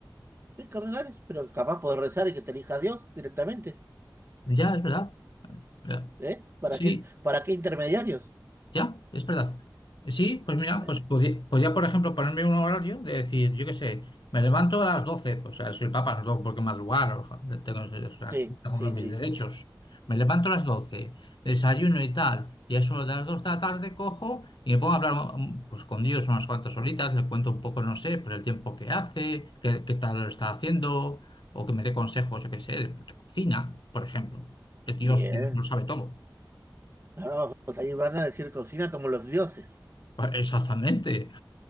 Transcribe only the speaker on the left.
Ya, es verdad. Ya.
Sí.
Ya, es verdad. Sí, pues mira,
pues podía, podía, por ejemplo, ponerme un horario de decir, yo qué sé, me levanto a las doce pues o sea, soy el papa, no tengo por qué madrugar, o sea, tengo, o sea,
en fin, tengo
mis
derechos. Me levanto a las doce desayuno y tal, y a eso de las 2 de la tarde cojo y me pongo a hablar mm, pues con Dios unas cuantas horitas, le cuento un poco, no sé, por el tiempo que hace, qué, qué tal lo está haciendo, o que me dé consejos, yo qué sé, de cocina, por ejemplo. Es Dios,
Dios lo sabe todo.
Pues, Exactamente.